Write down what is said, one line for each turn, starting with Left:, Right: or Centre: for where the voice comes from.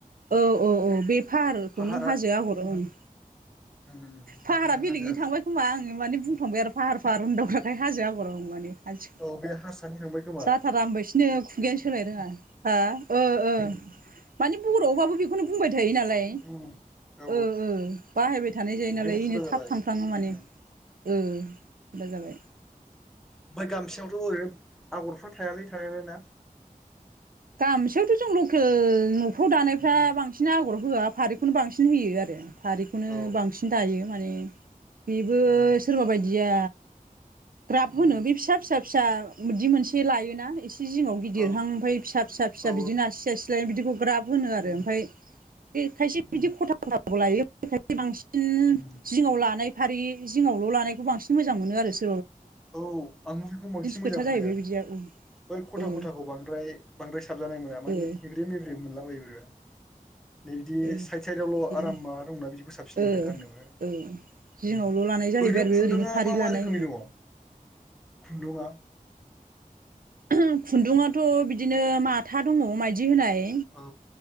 Right: औ औ औ बे फाहारखौनो
Centre: फाहारा
Right: हाजो आगरहोनो
Centre: उम
Right: फाहारा
Centre: बेखौनो
Right: बेलेगैनि
Centre: हाजो
Right: थांबाय खोमबा आङो माने बुंफ्लांबाय आरो फाहार फाहार होदावग्राखाय हाजो आगर दा माने आथि
Centre: औ बे हारसानि थांबाय खोमा
Right: <inaudible> जाथारा होनबायसिनो खुगायानो सोलाय रोङा। हा ओ ओ माने बर'आवबाबो बेखौनो बुंबाय थायो नालाय।
Centre: उम औ
Right: ओ हो बाहायबाय थानाय जायो
Centre: ओंखायनो
Right: नालाय इनो
Centre: फुरा जाबाय
Right: थाब थांफ्लाङो माने
Centre: उम
Right: ओ हुदा जाबाय
Centre: ओमफाय गामसाआवथ' ओरैनो आगरफ्रा थायालै थानाया <unintelligible> ना
Right: गामसायावथ' जों लखो न'फ्राव दानायफ्रा
Centre: उम
Right: बांसिन आगर होआ फारिखौनो बांसिन होयो आरो फारिखौनो
Centre: औ
Right: बांसिन दायो माने बेबो
Centre: उम
Right: सोरबा बायदिया ग्राब
Centre: उम
Right: होनो बे फिसा फिसा फिसा <unintelligible> दि मोनसे लायोना एसे जिङाव गिदिरहां
Centre: औ
Right: ओमफाय फिसा फिसा फिसा
Centre: औ
Right: बिदिनो आसि आसि लायो बिदिखौ ग्राब होनो आरो
Centre: उम
Right: ओमफाय बे खायसे
Centre: उम
Right: बिदि ख'था ख'थाखौ लायो। <unintelligible> बांसिन
Centre: उम
Right: जिङाव लानाय फारि जिङावल' लानायखौ बांसिन मोजां मोनो आरो ज
Centre: औ आंबो बेखौ बांसिन मोजां
Right: खोथा
Centre: मोनो
Right: जाहैबाय
Centre: आरो
Right: बिदिया औ
Centre: बै ख'था
Right: औ ओ
Centre: ख'थाखौ बांद्राय बांद्राय साबजानाय मोना माने
Right: ओ
Centre: हेबे मेब्रे मोनला बायो <unintelligible> नै बिदि
Right: ओ
Centre: साइद साइदआवल'
Right: बिदिनो
Centre: आराम माबा दंना बिदि साबसिन
Right: ओ
Centre: मोनो गाननोबो
Right: ओ जिङावल' लानाय जाहैबाय
Centre: ओरैनो
Right: आरो बे
Centre: खुन्दुंङा
Right: फारि
Centre: मा
Right: लानाय
Centre: मा रोखोमनि दङ' खुन्दुंङा
Right: <unintelligible> खुन्दुंङाथ' बिदिनो माथा दङ' माइदि होनाय
Centre: औ